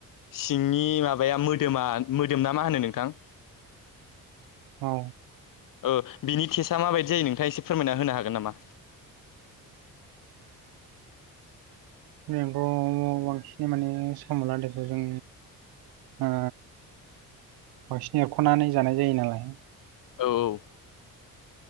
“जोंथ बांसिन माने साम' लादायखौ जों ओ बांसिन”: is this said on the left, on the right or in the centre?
Right